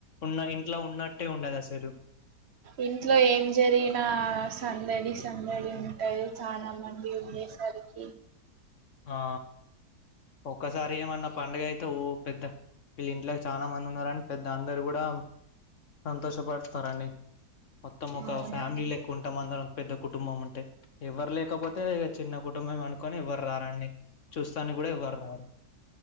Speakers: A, on the left; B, on the right.
A: ఉన్న ఇంట్లో ఉన్నట్టే ఉండదు అసలు
B: ఇంట్లో ఏం జరిగినా సందడి సందడి ఉంటది చాలా మంది ఉండేసారు క
A: ఆ ఒక్కసారి ఏమన్నా పండుగ అయితే ఊ పెద్ద వీళ్ళ ఇంట్లోకి చాలా మంది ఉన్నారు అని పెద్ద అందరు కూడా సంతోషపడతారని మొత్తం ఒక
B: అవునండి
A: ఫ్యామిలీ ఎక్కువ ఉంటాం అందరం ఒక పెద్ద కుటుంబం ఉంటే ఎవ్వరు లేకపోతే చిన్న కు కుటుంబం అనుకొని ఎవ్వరు రారండి చూస్తాని కూడా ఎవ్వరురారు